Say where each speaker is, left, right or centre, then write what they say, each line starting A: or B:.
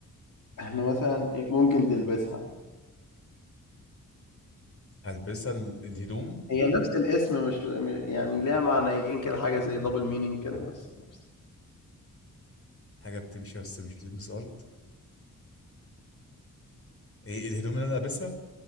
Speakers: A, on the left (about 65°); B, on the left (about 40°).
A: إحنا مثلًا إيه، ممكن تلبسها،
B: هلبسها ال- الهدوم
A: هي نفس الاسم مش م يعني ليها معنيين كده، حاجة زي double meaning كده بس نفس
B: حاجه بتمشي بس مش بتلمس الارض ايه الهدوم اللي انا لابسها